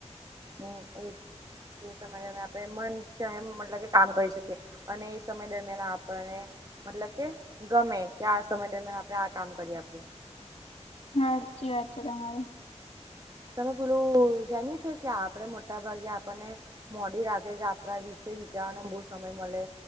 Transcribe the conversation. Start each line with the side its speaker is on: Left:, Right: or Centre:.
Right: હમ, એ સમજ આપણે મન છે, એ મતલબ કે કામ કરી શકીએ. અને એ સમય દરમિયાન આપણને મતલબ કે ગમે. ત્યા આ સમય દરમિયાન આપડે આ કામ કરીએ આપે.
Left: હા સાચી વાત છે તમારી.
Right: તમે પેલું જાણીયું છે કે આપડે મોટા ભાગે આપણને મોડી રાતે જ આપવા દશે તે વિચારવાનો બહું સમય મળે